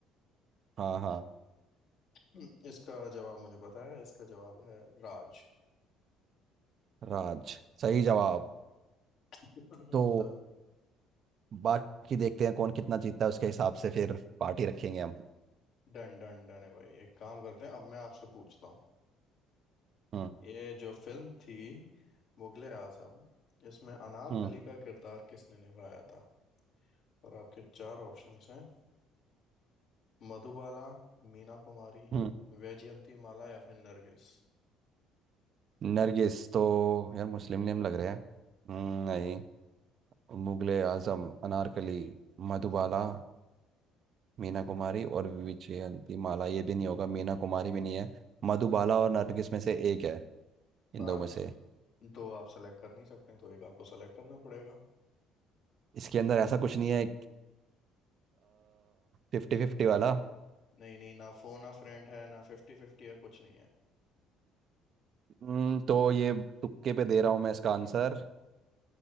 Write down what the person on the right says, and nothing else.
हाँ हाँ
राज सही जवाब
तो
बाकी देखते हैं कौन कितना जीतता है उसके हिसाब से फिर पार्टी रखेंगे हम
हम्म
हम्म
हम्म
नरगिस तो यार मुस्लिम नेम लग रहा है हम्म, नहीं मुगले आजम अनारकली मधुबाला मीना कुमारी और विजयंती माला ये भी नहीं होगा मीना कुमारी भी नहीं है मधुबाला और नरगिस में से एक है इन
दो में से
इसके अंदर ऐसा कुछ नहीं है फिफ्टी फिफ्टी वाला
हम्म, तो ये तुक्के पे दे रहा हूँ मैं इसका आंसर